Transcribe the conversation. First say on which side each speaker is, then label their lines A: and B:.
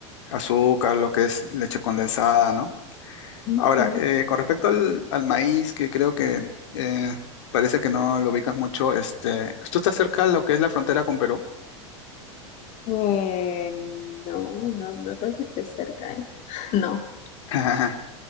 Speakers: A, on the left (about 70°); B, on the left (about 45°).
A: azúcar, lo que es leche condensada, ¿no?
B: ujú.
A: Ahora, eh, con respecto al, al maíz, que creo que eh, parece que no lo ubicas mucho, este, ¿tú estás cerca de lo que es la frontera con Perú?
B: Eh, no, no, no creo que esté cerca, ¿eh? <laughs> No.
A: <laughs>